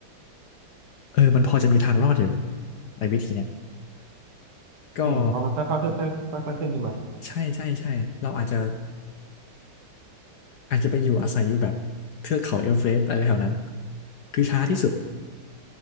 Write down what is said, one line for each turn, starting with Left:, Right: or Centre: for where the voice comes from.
Left: เออมันพอจะมีทางรอดอยู่ไอ้วิธีเนี้ยก็
Right: อืมพอมันค่อยๆขึ้นค่อยๆขึ้นใช่ไหม
Left: ใช่ใช่ใช่เราอาจจะ อาจจะไปอยู่อาศัยอยู่แบบเทือกเขาเอเวอเรสต์อะไรแถวนั้นคือช้าที่สุด